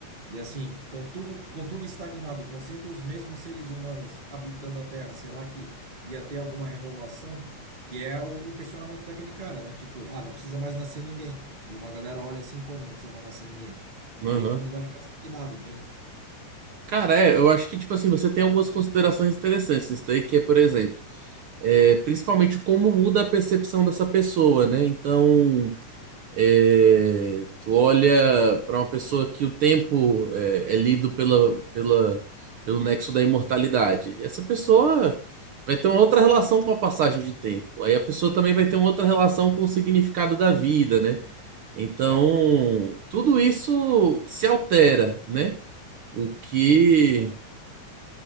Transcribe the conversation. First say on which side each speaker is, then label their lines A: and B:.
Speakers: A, on the right; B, on the right.
A: E assim, com tudo, com tudo estagnado, com sempre os mesmos seres humanos habitando a Terra, será que ia ter alguma renovação? Que é o, o questionamento daquele cara, né? Tipo, ah, não precisa mais nascer ninguém. E uma galera olha assim, como não precisa mais nascer ninguém?
B: uhum.
A: Aí o mundo vai ficar estagnado, entende?
B: Cara, é, eu acho que, tipo assim, você tem algumas considerações interessantes nisso daí, que é, por exemplo, é, principalmente como muda a percepção dessa pessoa, né? Então, é, tu olha para uma pessoa que o tempo é, é lido pela, pela, pelo nexo da imortalidade. Essa pessoa vai ter uma outra relação com a passagem de tempo. Aí a pessoa também vai ter uma outra relação com o significado da vida, né? Então,
A: É,
B: tudo isso se altera, né? O que
A: justo, justamente.